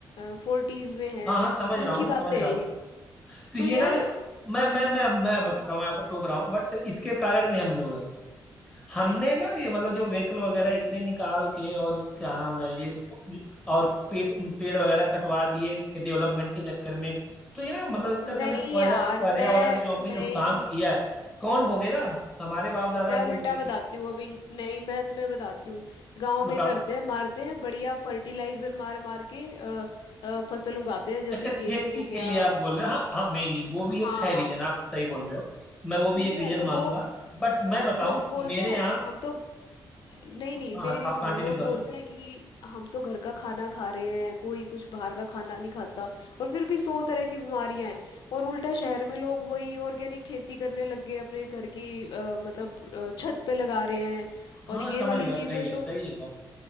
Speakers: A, on the left; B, in the centre.
A: फोर्टीज में हैं
B: हाँ हाँ समझ रहा
A: उनकी
B: हूँ मैं
A: बातें
B: समझ रहा
A: हैं ये
B: हूँ तो ये
A: तो यार
B: ना मैं मैं मैं मैं बता रहा हूँ मैं आपको टोक रहा हूँ बट इसके कारण भी हम लोग हैं हमने ना ये मतलब जो व्हीकल वगैरह इतने निकाल के और क्या नाम है ये प- और पेड़ पेड़ वगैरह कटवा दिए डेवलपमेंट के चक्कर में तो ये ना मतलब एक
A: नहीं
B: तरह से हमने पर्या-
A: यार
B: पर्यावरण
A: मैं
B: का जो हमने
A: नहीं
B: नुकसान किया है कौन भोगेगा हमारे बाप दादा
A: मैं
B: ये
A: उल्टा
B: तो भोगेंगे
A: बताती हूँ अभी नहीं मैं तुम्हें बताती हूँ गांव
B: बताओ
A: में करते हैं मारते हैं बढ़िया फर्टिलाइजर मार मार के अ, अ, फसल उगाते हैं जैसे
B: अच्छा खेती
A: गेहूं हो गया
B: के लिए आप बोल रहे हो हाँ हाँ नहीं नहीं वो भी
A: हाँ
B: एक है रीजन आप सही बोल रहे हो मैं वो भी
A: ठीक
B: एक
A: है
B: रीजन
A: तो
B: मानूंगा
A: वो
B: बट मैं बताऊं
A: लोग बोलते
B: मेरे
A: हैं
B: यहाँ
A: हम तो नहीं
B: हाँ
A: नहीं मेरी
B: आप
A: सुनो
B: कंटिन्यू
A: लोग
B: कर
A: बोलते
B: लो
A: हैं कि हम तो घर का खाना खा रहे हैं कोई कुछ बाहर का खाना नहीं खाता और फिर भी सौ तरह की बीमारियां हैं और उल्टा शहर में लोग वही ऑर्गेनिक खेती करने लग गए अपने घर की अ, मतलब अ, छत पे लगा रहे हैं
B: हाँ
A: और
B: समझ
A: ये वाली
B: गया सही
A: चीजें
B: है
A: तो
B: सही है